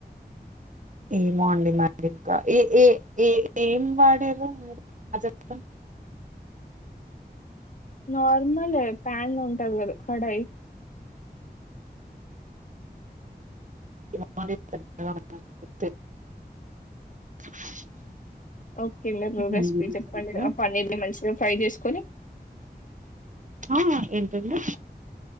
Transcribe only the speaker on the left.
నార్మలే ప్యాన్ ఉంటది కదా కడాయి
ఓకే అండీ
మీరు రెసిపీ
చెప్పండి
ఆ పన్నీర్ని మంచిగా ఫ్రై చేసుకొని